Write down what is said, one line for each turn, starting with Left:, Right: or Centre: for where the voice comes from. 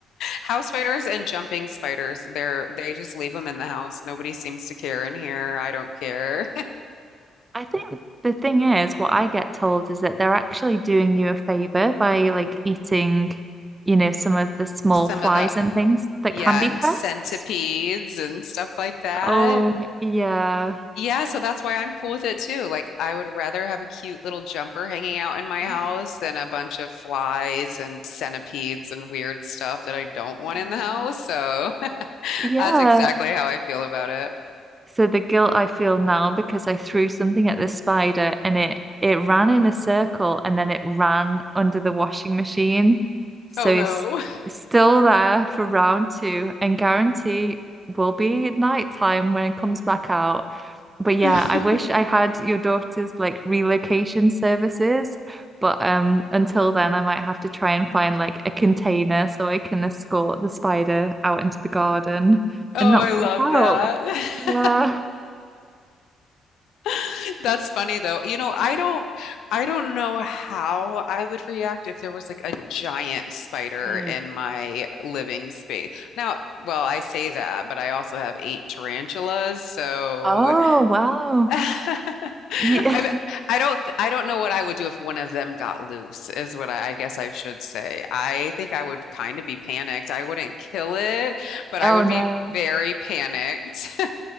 Left: House spiders and jumping spiders, they're, they just leave them in the house. Nobody seems to care in here. I don't care.
Right: I think the thing is, what I get told is that they're actually doing you a favor by like eating, you know, some of the small
Left: <laughs> Some
Right: flies
Left: of the,
Right: and things that
Left: yeah,
Right: can be
Left: and
Right: pests.
Left: centipedes and stuff like that.
Right: Oh, yeah.
Left: Yeah, so that's why I'm cool with it too. Like, I would rather have a cute little jumper hanging out in my
Right: <laughs>
Left: house than a bunch of flies and centipedes and weird stuff that I don't want
Right: Mm.
Left: in the house. So <laughs>
Right: Yeah.
Left: that's exactly how I feel about it.
Right: So the guilt I feel now because I threw something at the spider and it it ran in a circle and then it ran under the washing machine. So
Left: Oh
Right: it's
Left: no.
Right: still there for round two and guarantee will be at night time when it comes back out. But yeah,
Left: <laughs>
Right: I wish I had your daughter's like relocation services. But um until then I might have to try and find like a container so I can escort the spider out into the garden
Left: Oh,
Right: and not
Left: I
Right: freak
Left: love that.
Right: out. Yeah.
Left: <laughs> <laughs> That's funny though. You know, I don't I don't know how I would react if there was like a giant spider
Right: Mm.
Left: in my living space. Now, well, I say that, but I also have eight tarantulas, so
Right: Oh, wow.
Left: <laughs> I
Right: Yeah. <laughs>
Left: I don't th- I don't know what I would do if one of them got loose, is what I, I guess I should say. I think I would kind of be panicked. I wouldn't kill it, but
Right: Oh,
Left: I would
Right: no.
Left: be very panicked.